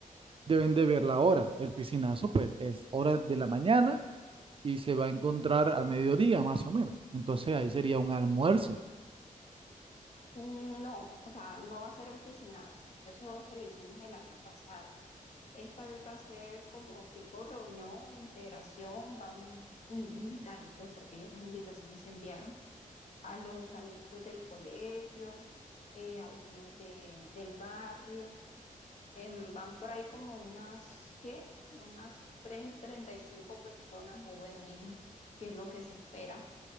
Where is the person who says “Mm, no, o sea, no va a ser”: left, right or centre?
Left